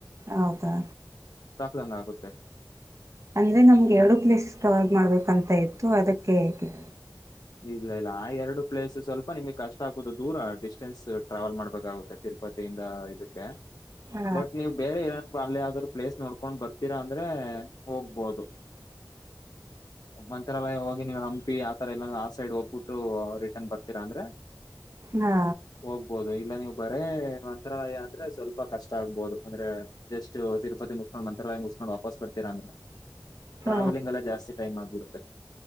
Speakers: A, on the right; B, on the left.
A: ಹೌದಾ.
B: ದಂಗ ಆಗುತ್ತೆ.
A: ಅಂದ್ರೆ ನಮ್ಗೆ ಎರಡು ಪ್ಲೇಸ್ ಕವರ್ ಮಾಡ್ಬೇಕಂತ ಇತ್ತು ಅದಕ್ಕೆ ಕೇಳ್ದೆ.
B: ಇಲ್ಲ ಇಲ್ಲಾ ಆ ಎರಡು ಪ್ಲೇಸ್ ಸ್ವಲ್ಪ ನಿಮ್ಗ್ ಕಷ್ಟಾ ಆಗ್ಬೋುದು ದೂರಾ ಡಿಸ್ಟೆನ್ಸ್ ಟ್ರಾವೆಲ್ ಮಾಡ್ಬೇಕಾಗುತ್ತೆ ತಿರು. ಪತಿಯಿಂದ ಇದಕ್ಕೆ
A: ಹಾ
B: ಬಟ್ ನೀವು ಬೇರೆ ಏನಾ. ಅಲ್ಲೇ ಯಾವ್ದಾರು ಪ್ಲೇಸ್ ನೋಡ್ಕೊಂಡ್ ಬರ್ತೀರಾ ಅಂದ್ರೆ ಹೋಗ್ಬೋದು. ಮಂತ್ರಾಲಯ ಹೋಗಿ ನೀವು ಹಂಪಿ ಆತರ ಎಲ್ಲಾ ಆ ಸೈಡ್ ಹೋಗ್. ಬುಟ್ಟು ರಿಟರ್ನ್ ಬರ್ತೀರಾ ಅಂದ್ರೆ
A: ಹಾ
B: ಹೋಗ್ಬೋುದು ಇಲ್ಲಾ ನೀವು. ಬರೇ ಮಂತ್ರಾಲಯಾ ಅಂದ್ರೆ ಸ್ವಲ್ಪ ಕಷ್ಟಾ ಆಗ್ಬಹುದು ಅಂದ್ರೆ ಜಸ್ಟ್ ತಿರುಪತಿ ಮುಗಸ್ಕೊಂಡ ಮಂತ್ರಾಲಯ ಮುಗಸ್ಕೊಂಡ್. ಕೊಂಡ್ ವಾಪಸ್ ಬರ್ತೀರಾ ಅಂದ್ರೆ ಟ್ರಾವೆಲಿಂಗ್
A: ಹ
B: ಎಲ್ಲಾ ಜಾಸ್ತಿ ಟೈಮ್ ಆಗ್ಬಿಡುತ್ತೆ.